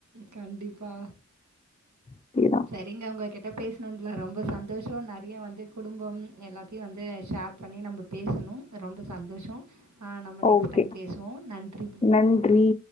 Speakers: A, on the right; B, on the left.
A: கண்டிப்பா
B: அதேதான்.
A: செ நீங்க அவ்ங்ககிட்ட பேசினதுல ரொம்ப சந்தோஷோ நெறைய வந்து குடும்பம் எல்லாத்தையு வந்து ஷேர் இது பண்ணி நம்ம பேசணு ரொம்ப சந்தோஷோ நம்ம நெக்ஸ்ட்
B: ஓகே.
A: டைம் பேசுவோ நன்றி
B: நன்றி